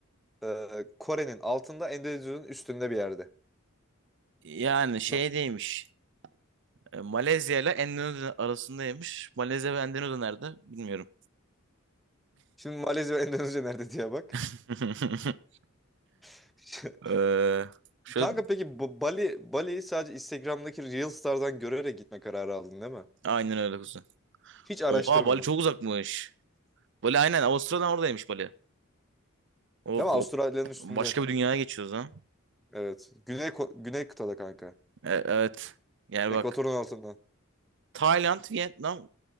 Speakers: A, in the centre; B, on the right.
A: e, Kore'nin altında Endonezya'nın üstünde bir yerde.
B: Yani şeydeymiş.
A: Bak.
B: E, Malezya ile Endonezya arasındaymış. Malezya ve Endonezya nerede? Bilmiyorum.
A: Şimdi Malezya ve Endonezya nerede diye bak.
B: <laughs>
A: <laughs>
B: Ee, şöyle
A: Kanka peki bu Bali Bali'yi sadece Instagram'daki Reels'lardan görerek gitme kararı aldın değil mi?
B: aynen öyle kuzen.
A: Hiç araştırmadın.
B: Oha Bali çok uzakmış. Bali aynen Avustralya'dan oradaymış Bali. Of,
A: Değil mi? Avustralya'nın
B: of.
A: üstünde.
B: Başka bir dünyaya geçiyoruz ha.
A: Evet. Güney ko- Güney kıtada kanka.
B: E- evet. Yani
A: Ekvatorun
B: bak.
A: altında.
B: Tayland, Vietnam